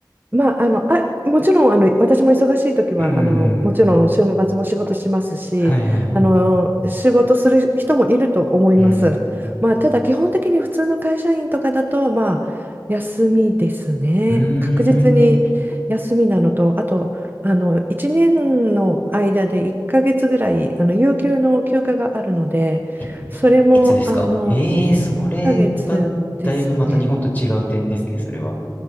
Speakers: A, on the right; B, on the left.
A: まあ、あの、あ、もちろん、あの、私も忙しい時は、
B: うんうんうん。
A: あの、もちろん週末も仕事しますし、
B: はいはいはい。
A: あの、仕事する人もいると思います。
B: うん。
A: まあ、ただ基本的に普通の会社員とかだと、まあ、休みですね。
B: うーん。
A: 確実に休みなのと、あと、あの、1年の間で1ヶ月ぐらい、あの、有給の休暇があるので、
B: え、1ヶ月ですかええー、
A: それも、あの、
B: それは、
A: 1ヶ月ですね。
B: だいぶまた日本と違う点ですね、それは。